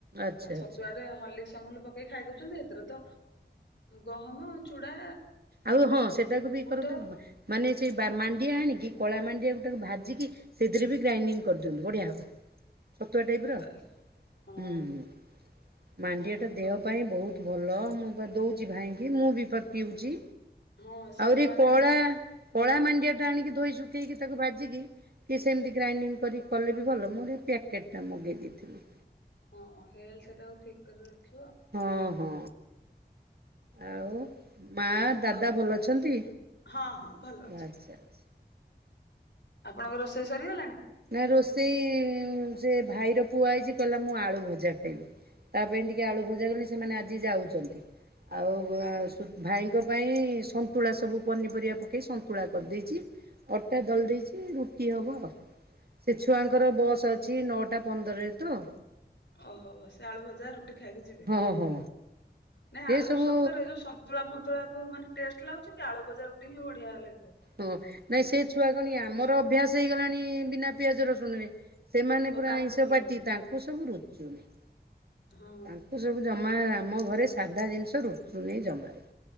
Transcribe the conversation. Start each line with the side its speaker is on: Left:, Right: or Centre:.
Right: ଆଚ୍ଛା
Left: ଆଉ ଛତୁଆରେ
Right: ଆଚ୍ଛା
Left: ହଲିସ୍କ ଅମୁଲ ପକେଇକି ଖାଇ ଦଉଚନ୍ତି ସେଥିରେ ତ ଗହମ ଚୁଡା
Right: ଆଉ ହଁ ସେଟାକୁ ବି ଇକରନ୍ତୁ
Left: ବୁଟ
Right: ମାନେ ସେଇ ବା ମାଣ୍ଡିଆ ଆଣିକି କଳା ମାଣ୍ଡିଆ ଗୁଟାକୁ ଭାଜିକି ସେଥିରେ ବି ଗ୍ରାଇଡିଙ୍ଗି କରିଦିଅନ୍ତୁ ବଢିଆ ହବ। ଛତୁଆ ଟାଇପ୍ ର
Left: ଚାଲ ହଁ
Right: ହୁଁ ହୁଁ ମାଣ୍ଡିଆ
Left: ତାକୁ
Right: ଟା
Left: ବି
Right: ଦେହ
Left: କହ
Right: ପାଇଁ ବହୁତ୍ ଭଲ ମୁଁ ପା ଦଉଚି ଭାଇଙ୍କି ମୁଁ ବି ପା ପିଉଚି।
Left: ହଁ ସେ
Right: ଆହୁରି
Left: ଟିକେ ମାନେ
Right: କଳା କଳା ମାଣ୍ଡିଆ ଟା ଆଣିକି ଧୋଇ ଶୁଖେଇକି ତାକୁ ଭାଜିକି କି ସେମ୍ତି ଗ୍ରାଇଣ୍ଡିଙ୍ଗ କରିକି କଲେ ବି ଭଲ ମୁଁ ଟିକେ ପ୍ୟାକେଟ୍ ଟା ମଗେଇ ଦେଇଥିଲି।
Left: ହଁ ହେଲ୍ଥେ ଟାକୁ ଠିକ୍ କରି ରଖି
Right: ହଁ ହଁ ଆଉ ମା ଦାଦା ଭଲ ଅଛନ୍ତି
Left: ହଁ ହଁ ଭଲ ଅଛନ୍ତି।
Right: ଆଛା ଆଛା।
Left: ଆପଣଙ୍କ ରୋଷେଇ ସରିଗଲାଣି?
Right: ନା ରୋଷେଇ ସେ ଭାଇର ପୁଅ ଆଇଚି କହିଲା ମୁଁ ଆଳୁ ଭଜା ଖାଇବି। ତା ପାଇଁ ଟିକେ ଆଳୁ ଭଜା କଲେ ସେମାନେ ଆଜି ଯାଉଚନ୍ତି ଆଉ
Left: ଆଜ୍ଞା
Right: ଭାଇଙ୍କ ପାଇଁ ସନ୍ତୁଳା ସବୁ ପନିପରିବା ପକେଇ ସନ୍ତୁଳା କରିଦେଇଚି। ଅଟା ଦଳି ଦେଇଚି ରୁଟି ହେବ। ସେ ଛୁଆଙ୍କର ବସ୍ ଅଛି ନଅଟା ପନ୍ଦରରେ ତ
Left: ଓହୋ ସେ ଆଳୁ ଭଜା ରୁଟି ଖାଇକି ଯିବେ।
Right: ହଁ ହଁ।
Left: ନାଇଁ
Right: ସେ ସବୁ
Left: ସତରେ ଯୋଉ ସନ୍ତୁଳା ଫନ୍ତୁଳା ମାନେ ଟେଷ୍ଟ ଲାଗୁଚି କି ଆଳୁ ଭଜା ରୁଟି ହିଁ ବଢିଆ ଲାଗେ।
Right: ହଁ ନାଇଁ ସେ ଛୁଆ କଣ କି ଆମର
Left: ସ୍ୱାଦ
Right: ଅଭ୍ୟାସ ହେଇଗଲାଣି ବିନା ପିଆଜ ରସୁଣରେ ସେମାନେ
Left: ଓ
Right: ପୁରା
Left: ତାଙ୍କୁ
Right: ଆଇଁଷ
Left: ଭଲ
Right: ପାଟି
Left: ଲାଗୁନି।
Right: ତାଙ୍କୁ ସବୁ ରୁଚୁନି।
Left: ହଁ
Right: ତାଙ୍କୁ ସବୁ ଜମା ଆମ ଘରେ ସାଧା ଜିନିଷ ରୁଚୁ ନେଇ ଜମାରୁ।